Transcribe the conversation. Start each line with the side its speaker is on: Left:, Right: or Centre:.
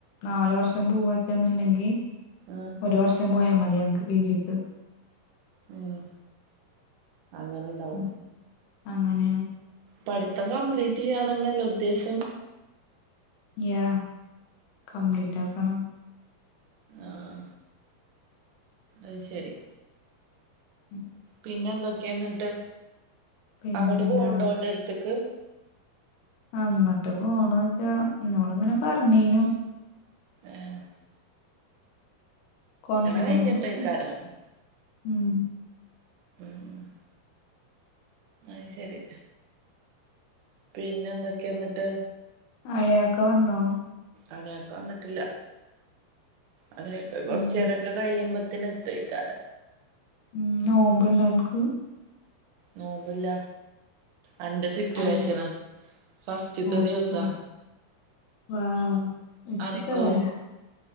Left: നാല് വർഷം പോവാച്ചന്നുണ്ടെങ്കി
Right: ആഹ്
Left: ഒരു വർഷം പോയൽ മതി. ഞങ്ങ്ക്ക് പിജിക്ക്
Right: ഉം അങ്ങനെണ്ടാവും
Left: ഉം, അങ്ങനെയാണ്
Right: പഠിത്തം കംപ്ലീറ്റ് ചെയ്യാനെന്നല്ലേ ഉദ്ദേശം.
Left: യാ കംപ്ലീറ്റ് ആക്കണം.
Right: ആഹ അത് ശരി
Left: ഉം.
Right: പിന്നെ എന്തൊക്കെയന്നിട്ട്
Left: പിന്നെന്താ
Right: അങ്ങോട്ട് പോവണ്ടോ ഓന്റെട്ത്ത്ക്ക്
Left: അങ്ങട്ട് പോണോയ്ച്ചാ ഇന്നോട്ങ്ങനെ പറഞ്ഞീനു
Right: ആഹ
Left: കൊണ്ടരണംന്നൊക്കെ
Right: കഴിഞ്ഞിട്ടേക്കാരം
Left: ഉം.
Right: ഉം അ ശരി പിന്നെ എന്തൊക്കെയ എന്നിട്ട്
Left: അളിയൊക്കെ വന്നോ
Right: അളിയാക്ക വന്നിട്ടില്ല അളിയാക്ക കൊറച്ചേരൊക്കെ
Left: ഉം
Right: കഴിയുമ്പ ത്തിന് എത്തയ്ക്കാര.
Left: ഉം നോമ്പ്ണ്ടോ അന്ക്ക്
Right: നോമ്പില്ല. അന്റെ സിറ്റുവേഷന
Left: കല്ലത്തി
Right: ഫസ്റ്റത്തെ
Left: ഓഹോ
Right: ദിവസാ
Left: വൗ നച്ചിത്തേടാ
Right: അനക്കോ